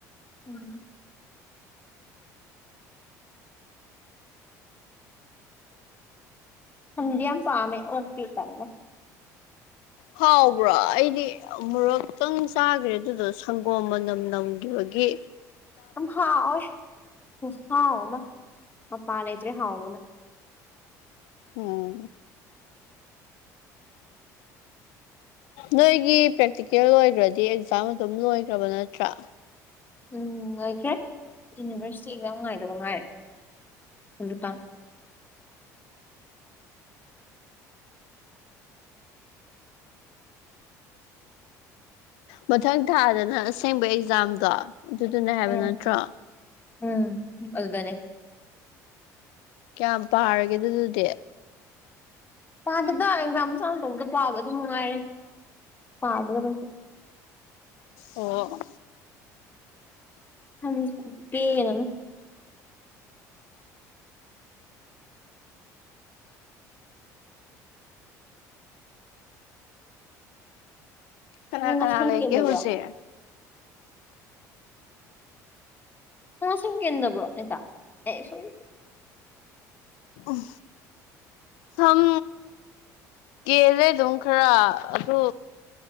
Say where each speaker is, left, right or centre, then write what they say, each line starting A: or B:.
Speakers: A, on the left (about 20°); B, on the left (about 75°).
A: ꯎꯝ ꯁꯟꯗꯤ ꯌꯥꯝ ꯄꯥꯃꯦ ꯑꯣꯛꯇꯤ ꯇꯜꯂꯦ
B: ꯍꯥꯎꯕ꯭ꯔꯣ ꯑꯩꯗꯤ ꯑꯃꯨꯔꯛꯇꯪ ꯆꯥꯈ꯭ꯔꯦ ꯑꯗꯨꯗꯣ ꯁꯪꯒꯣꯝ ꯃꯅꯝ ꯅꯝꯈꯤꯕꯒꯤ ꯒꯤ
A: ꯌꯥꯝ ꯍꯥꯎꯑꯦ ꯈꯨꯍꯥꯎ ꯑꯝ ꯂꯩꯇ꯭ꯔꯦ ꯍꯥꯎꯕꯅ
B: ꯎꯝ ꯅꯣꯏꯒꯤ ꯄ꯭ꯔꯦꯛꯇꯤꯀꯦꯜ ꯂꯣꯏꯒ꯭ꯔꯗꯤ ꯑꯦꯛꯖꯥꯝ ꯑꯗꯨꯝ ꯂꯣꯏꯈ꯭ꯔꯕ ꯅꯠꯇ꯭ꯔꯥ
A: ꯎꯝ ꯂꯣꯏꯈ꯭ꯔꯦ ꯌꯨꯅꯤꯚꯔꯁꯤꯇꯤ ꯑꯦꯛꯖꯥꯝ ꯉꯥꯏꯗꯧ ꯉꯥꯏꯔꯦ ꯍꯧꯖꯤꯛꯀꯥꯟ
B: ꯃꯊꯪ ꯊꯥꯗꯅ ꯑꯁꯦꯡꯕ ꯑꯦꯛꯖꯥꯝꯗꯣ ꯑꯗꯨꯗꯨꯅꯤ ꯍꯥꯏꯕ
A: ꯎꯝ
B: ꯅꯠꯇ꯭ꯔꯣ
A: ꯎꯝ ꯑꯗꯨꯗꯅꯦ
B: ꯀꯌꯥꯝ ꯄꯥꯔꯒꯦ ꯑꯗꯨꯗꯨꯗꯤ
A: ꯄꯥꯗꯦꯗ ꯑꯦꯛꯖꯥꯝ ꯁꯥꯡꯅ ꯇꯧꯕꯗ ꯄꯥꯕꯗ ꯑꯗꯨ ꯃꯉꯥꯏꯔꯦ ꯄꯥꯗꯦꯗ ꯀꯩꯁꯨ
B: ꯑꯣ
A: ꯁꯝꯁꯤꯖꯨ ꯈꯨꯠꯀꯦꯟ ꯑꯃ
B: ꯀꯅꯥ
A: ꯅꯪ ꯅꯁꯥ
B: ꯀꯅꯥ ꯂꯩꯒꯦ
A: ꯀꯦꯟꯗꯕ꯭ꯔꯣ
B: ꯍꯧꯖꯤꯛ
A: ꯅꯪ ꯁꯝ ꯀꯦꯟꯗꯕ꯭ꯔꯣ <unintelligible> ꯁꯦꯔꯤ
B: ꯑꯝ ꯁꯝ ꯀꯦꯜꯂꯦ ꯑꯗꯨꯝ ꯈꯔ ꯑꯗꯨ